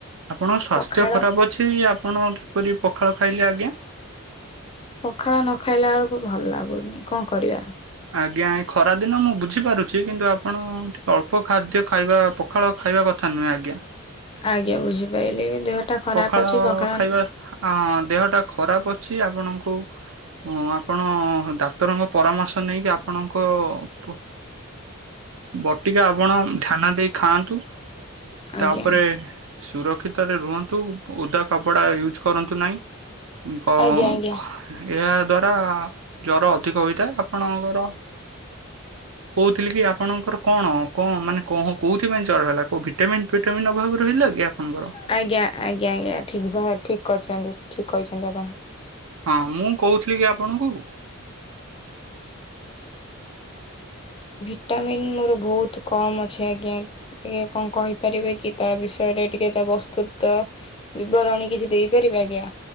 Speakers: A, on the right; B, on the left.
A: ଆପଣଙ୍କ ସ୍ୱାସ୍ଥ୍ୟ
B: ପଖାଳ
A: ଖରାପ ଅଛି, ଆପଣ କିପରି ପଖାଳ ଖାଇଲେ ଆଜ୍ଞା?
B: ପଖାଳ ନ ଖାଇଲା ବେଳକୁ ଭଲ ଲାଗୁନି, କଣ କରିବା?
A: ଆଜ୍ଞା ଏ ଖରା ଦିନ ମୁଁ ବୁଝିପାରୁଚି କିନ୍ତୁ ଆପଣ ଟିକେ ଅଳ୍ପ ଖାଦ୍ୟ ଖାଇବା ପ ପଖାଳ ଖାଇବା କଥା ନୁହେଁ ଆଜ୍ଞା।
B: ଆଜ୍ଞା ବୁଝିପାଇଲିି ବି, ଦେହ ଟା ଖରାପ
A: ପଖାଳ
B: ଅଛି, ପଖାଳନ୍
A: ଖାଇବା ହଁ ଦେହଟା ଖରାପ ଅଛି ଆପଣଙ୍କୁ ଆପଣ ଡାକ୍ତରଙ୍କ ପରାମର୍ଶ ନେଇକି ଆପଣଙ୍କ ପ ବଟିକା ଆପଣ ଧ୍ୟାନ ଦେଇ ଖାଆନ୍ତୁ।
B: ଆଜ୍ଞା।
A: ତାପରେ ସୁରକ୍ଷିତରେ ରୁହନ୍ ତୁ, ଓଦା କପଡ଼ା ୟୁଜ୍ କରନ୍ତୁ ନାହିଁ, <unintelligible>
B: ଆଜ୍ଞା ଆଜ୍ଞା।
A: ଏହା ଦ୍ଵାରା ଜର ଅଧିକ ହୋଇଥାଏ ଆପଣଙ୍କର। ଥିଲି କି ଆପଣଙ୍କର କଣ କଣ ମାନେ କଁହ କେଉଥିପାଇଁ ଜର ହେଲା କୋଉ ଭିଟାମିନ୍ ଫିଟାମିନ୍ ଅଭାବ ରୁ ହେଲାକି ଆପଣଙ୍କର
B: ଆଜ୍ଞା ଆଜ୍ଞା ଆଜ୍ଞା ଠିକ୍ ଭା ଠିକ୍ କରିଛନ୍ତି ଠିକ୍ କହିଛନ୍ତି ଆପଣ।
A: ହଁ ମୁଁ କହୁଥିଲି କି ଆପଣଙ୍କୁ
B: ଭିଟାମିନ୍ ମୋର ବହୁତ୍ କମ୍ ଅଛି ଆଜ୍ଞା। ଟିକେ କଣ କହିପାରିବେ କି ତା ବିଷୟରେ ଟିକେ ତା ବସ୍ତୁତ୍ଵ ବିବରଣୀ କିଛି ଦେଇପାରିବେ ଆଜ୍ଞା